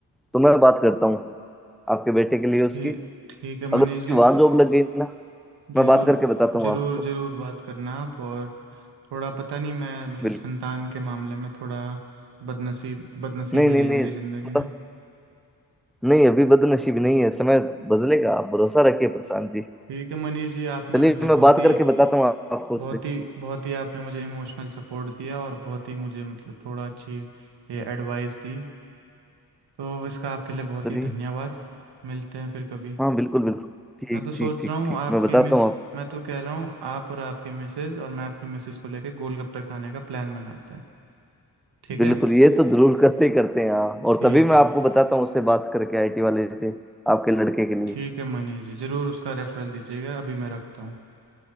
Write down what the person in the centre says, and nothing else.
तो मैं बात करता हूँ आपके बेटे के लिए उसकी
अगर उसकी
वहां जॉब लग गई ना
मैं बात करके बताता हूँ
आपको
बिल्कुल
नहीं नहीं
नहीं
थोड़ा
नहीं अभी बदनसीब नहीं है समय बदलेगा आप भरोसा रखिए प्रशांत जी
चलिए
मैं
बात
करके बताता हूँ आप- आपको उससे
चलिए
हाँ बिल्कुल बिल्कुल ठीक
ठीक ठीक
ठीक
मैं बताता
हूँ आप
बिल्कुल
ये तो जरूर करते ही करते हैं हाँ और
तभी मैं
आपको बताता हूँ उससे बात करके आईटी वाले से आपके लड़के के लिए